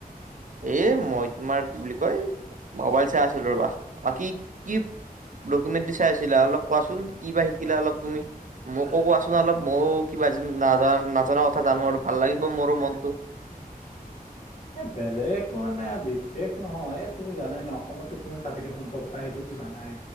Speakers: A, on the right; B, on the left.
A: এই মই তোমাৰ কি বুলি কয় মোবাইল চাই আছিলো ৰ'বা বাকী কি ডকুমেণ্টৰী চাই আছিলা অলপ কোৱাচোন কি বা শিকিলা অলপ তুমি। মোকো কোৱাচোন অলপ ময়ো কিবা নাজনা কথা জানো আৰু ভাল লাগিব মোৰো মনটো।
B: এ বেলেগ মানে বিশেষ নহয় এই তুমি জানাই ন অসমতো কিমান প্ৰাকৃতিক সম্পদ পায়। সেইটোতো জানাই